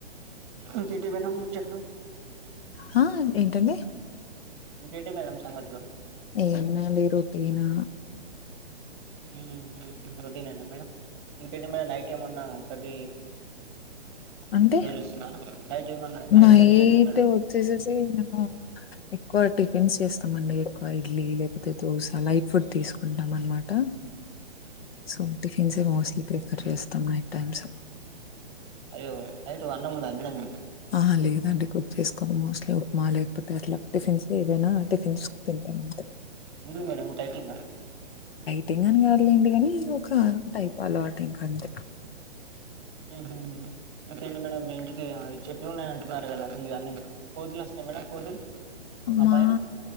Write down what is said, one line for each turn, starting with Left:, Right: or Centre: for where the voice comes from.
Right: కూతటీ పోయిన్నవ్ చెట్లు
Left: హా ఏంటండి
Right: ఇంకేంటి మేడం సంగట్లు
Left: ఏం లేదండి రొటీన్
Right: హ్మ్ రొటీనేన్నా మేడం ఇంకేంటి మరి నైట్ ఏమన్నా కర్రీ
Left: అంటే
Right: ప్రిపేర్ చేస్తున్నారా నైట్ ఏమన్నా
Left: నైట్
Right: కర్రీ ఏంటి మేడం
Left: వచ్చేసేసి నేను ఎక్కువ టిఫిన్స్ చేస్తా స్తంమండి ఎక్కువ ఇడ్లీ లేకపోతే దోస లైక్ ఫుడ్ తీసుకుంటాం అనమాట సో టిఫన్ సే మోస్ట్లీ ప్రిఫర్ చేస్తాం నైట్ టైమ్స్
Right: అయ్యో నైటు అన్నం ఉండదా మేడం
Left: ఆహ లేదండి కుక్ చ్చెసు మోస్ట్లీ ఉప్మా లేకపోతే అట్లా టిఫిన్స్ ఏవైనా టిఫిన్స్ తింటా అంతే
Right: ఎందుకు మేడం డైటింగా
Left: టింగ్ అని కాదు లేండీ గాని ఒక టైపాలో ఆ టైప్ అంతే
Right: మ్ హూ ఇంకేంటి మేడం మీ ఇంటికి చెట్లు ఉన్నాయ్ అంటున్నారు కదా ఇగ అన్నీ కోతులు వస్తాయి మేడం కోతులు ఆ
Left: మా
Right: పైన